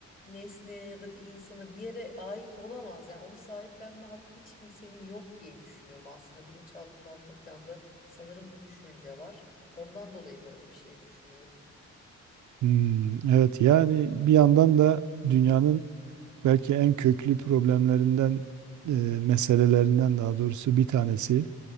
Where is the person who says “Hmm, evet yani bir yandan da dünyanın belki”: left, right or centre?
Right